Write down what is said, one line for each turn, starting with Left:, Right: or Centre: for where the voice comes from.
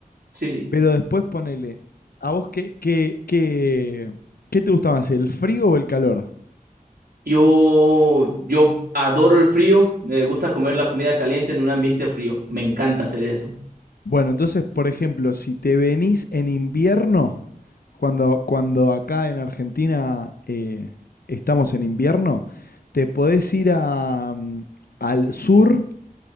Right: sí.
Left: Pero después ponele, ¿a vos qué, qué, qué, qué te gusta más, el frío o el calor?
Right: Yo, yo adoro el frío, me gusta comer la comida caliente en un ambiente frío, me encanta hacer eso.
Left: Bueno, entonces, por ejemplo, si te venís en invierno, cuando, cuando acá en Argentina eh, estamos en invierno, te podés ir a, mm, al sur